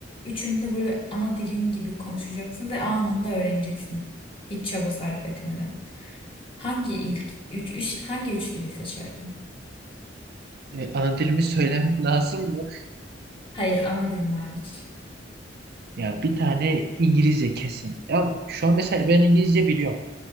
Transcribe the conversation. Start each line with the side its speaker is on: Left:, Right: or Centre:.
Left: Üçünü de böyle ana dilin gibi konuşacaksın ve anında öğreneceksin. Hiç çaba sarf etmeden. Hangi ilk üç, üç- hangi üç dili seçerdin?
Right: E, ana dilimi söylemem <laughs> lazım mı?
Left: Hayır, ana dilin hariç.
Right: Ya bir tane İngilizce kesin. Ya şu an mesela ben İngilizce biliyorum.